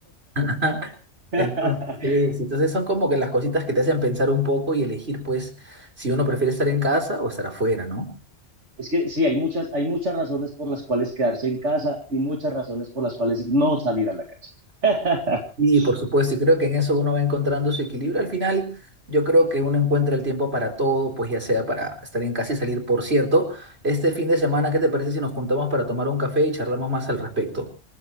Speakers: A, on the right; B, on the right.
A: <laughs>
B: <laughs>
A: Entonces, sí, sí, entonces son como que las cositas que te hacen pensar un poco y elegir, pues, si uno prefiere estar en casa o estar afuera, ¿no?
B: Es que sí, hay muchas, hay muchas razones por las cuales quedarse en casa y muchas razones por las cuales no salir a la calle. <laughs>
A: Y por supuesto, y creo que en eso uno va encontrando su equilibrio. Al final, yo creo que uno encuentra el tiempo para todo, pues ya sea para estar en casa y salir. Por cierto, este fin de semana, ¿qué te parece si nos juntamos para tomar un café y charlamos más al respecto?